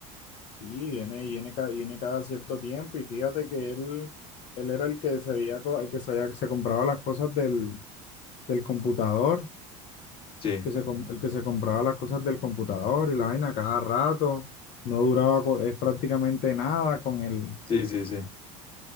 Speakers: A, on the left; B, on the left.
A: Sí, viene, viene, ca- viene cada cierto tiempo y fíjate que él, él era el que se había, co- el que se había- se compraba las cosas del, del computador,
B: Sí,
A: que se, com- el que se compraba las cosas del computador y la vaina cada rato, no duraba co- es prácticamente nada con el,
B: sí, sí, sí.